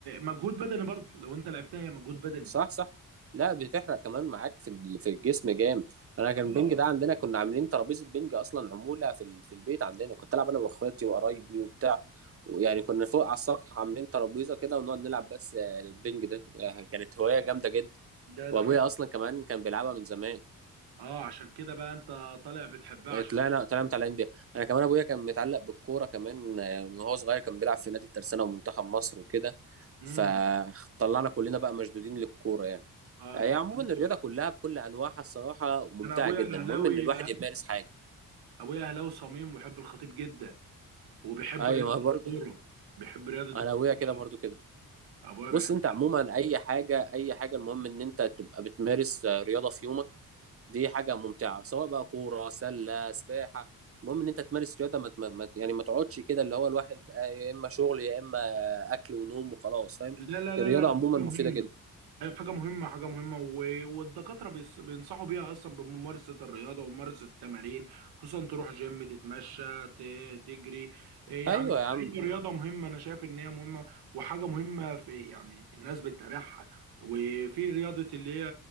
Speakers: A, on the right (about 80°); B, on the right (about 40°).
A: مجهود بدني برضه لو أنت لعبتها هي مجهود بدني
B: صح صح لا بتحرق كمان معاك في ال- في الجسم جامد انا كان
A: اه
B: البنج ده عندنا كنا عاملين ترابيزه بنج اصلا عموله في ال- في البيت عندنا كنت العب انا واخواتي وقرايبي وبتاع ويعني كنا فوق على السطح عاملين ترابيزه كده ونقعد نلعب بس آه، البنج ده آه، كانت هوايه جامده جدا
A: ده
B: وابويا
A: ده حاجة
B: اصلا كمان كان بيلعبها من زمان
A: اه عشان كده بقى أنت طالع بتحبها عشان
B: طلعنا
A: كده
B: طلعنا متعلقين بيها انا كمان ابويا كان متعلق بالكوره كمان آه، من وهو صغير كان بيلعب في نادي الترسانه ومنتخب مصر وكده
A: امم
B: فطلعنا كلنا بقى مشدودين للكوره يعني
A: اه
B: هي
A: فكلكم
B: عموما الرياضه كلها بكل انواعها الصراحه ممتعه
A: انا ابويا
B: جدا المهم
A: اهلاوي
B: ان الواحد يمارس حاجه
A: ابويا اهلاوي صميم ويحب الخطيب جدا وبيحب
B: ايوه
A: رياضه
B: برضه
A: الكوره بيحب رياضه الكوره
B: انا ابويا كده برضه كده
A: ابويا بيحب
B: بص انت عموما اي حاجه اي حاجه المهم ان انت تبقى بتمارس آه، رياضه في يومك دي حاجه ممتعه سواء بقى كوره سله سباحه المهم ان انت تمارس رياضه ما ما- ما- يعني ما تقعدش كده اللي هو الواحد آه، يا اما شغل يا اما آه، اكل ونوم وخلاص فاهم
A: لا لا لا
B: الرياضه
A: لا ده
B: عموما
A: حاجه
B: مفيده
A: مهمه
B: جدا
A: أيوة، حاجه مهمه حاجه مهمه و- والدكاتره بيص- بينصحوا بيها اصلا بممارسه الرياضه وممارسه التمارين خصوصا تروح جيم تتمشى ت- تجري إيه
B: ايوه
A: يعني
B: يا عم
A: اي رياضه مهمه انا شايف ان هي مهمه وحاجه مهمه في يعني الناس بتتابعها وفي رياضه اللي هي